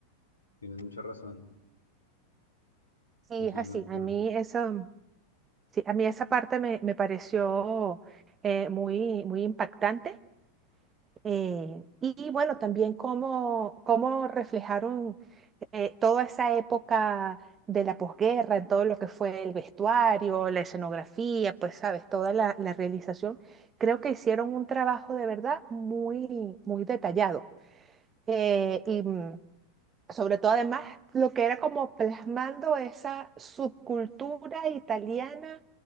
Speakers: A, on the left; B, on the right.
A: Tienes mucha razón.
B: Sí,
A: Eso
B: es así.
A: es muy
B: A
A: cool.
B: mí esa, sí, a mí esa parte me, me pareció eh, muy, muy impactante Eh, y, y bueno, también cómo, cómo reflejaron eh, toda esa época de la posguerra, en todo lo que fue el vestuario, la escenografía, pues sabes, toda la, la realización. Creo que hicieron un trabajo de verdad muy, muy detallado. Eh, y, mm, sobre todo además lo que era como plasmando esa subcultura italiana